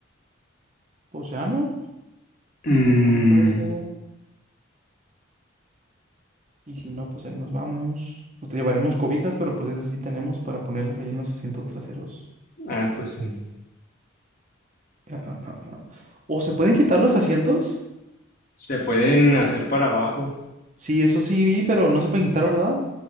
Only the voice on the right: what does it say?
Pues ya no.
El huevito ese. Y si no, pues ahí nos vamos. Pues te llevaremos cobijas, pero pues esas sí tenemos para ponerlas ahí en los asientos traseros.
Ah, ah, ah, ah. ¿O se pueden quitar los asientos?
Sí, eso sí vi, pero no se pueden quitar, ¿verdad?